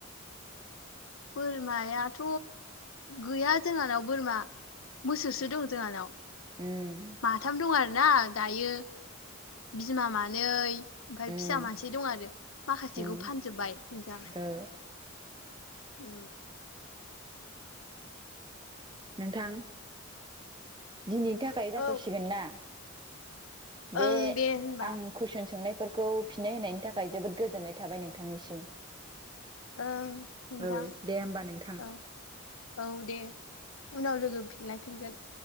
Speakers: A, on the left; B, on the right.
A: बोरमायाथ' गैया जोंहानाव बोरमा। मोसौसो दं जोंहानाव
B: उम
A: माथाम दं आरो। आर ना दायो बिमा मानै ओमफ्राय
B: उम
A: फिसा मानसे दं आरो माखासेखौ
B: उम
A: फानजोबबाय नोंथां।
B: ओ
A: उ।
B: नोंथां दिनैनि थाखाय जाथ'सिगोन
A: औ
B: ना? बे
A: ओं दे होनबा
B: आं कुइसन सोंनाय फोरखौ फिननाय होनायनि थाखाय जोबोद गोजोननाय थाबाय नोंथांनिसिम।
A: ओं नोंथां
B: औ दे होमबा नोंथां
A: औ औ दे। उनाव लोगो फिनलायफिनगोन।